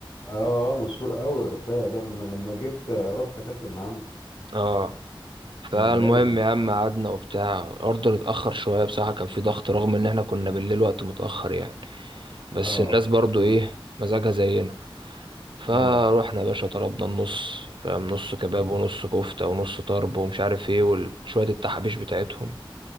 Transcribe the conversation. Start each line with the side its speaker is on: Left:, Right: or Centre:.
Left: اه آه، مشهور قوي الرفاعي ده ما انا لما جيت آه، رحت اكلت من عنده
Right: اه فالمهم
Left: كان لازم الصراحة
Right: يا عم قعدنا وبتاع الاوردر اتأخر شوية بصراحة كان في ضغط رغم ان احنا كنا بالليل وقت متأخر يعني بس
Left: اه
Right: الناس برضو ايه مزاجها زينا فروحنا
Left: اه
Right: يا باشا طلبنا النص فاهم نص كباب
Left: مم.
Right: ونص كفتة ونص طرب ومش عارف ايه وشوية التحابيش بتاعتهم